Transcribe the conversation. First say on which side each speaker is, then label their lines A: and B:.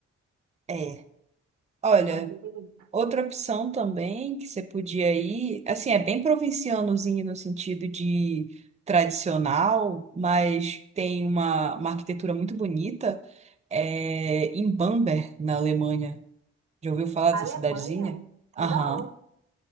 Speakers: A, on the right; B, on the right.
A: É. Olha.
B: Aí tem que ver.
A: Outra opção também que você podia ir, assim, é bem provincianozinho no sentido de tradicional, mas tem uma, uma arquitetura muito bonita, é em Bamberg, na Alemanha. Já ouviu falar dessa
B: A Alemanha?
A: cidadezinha?
B: Não.
A: Aham.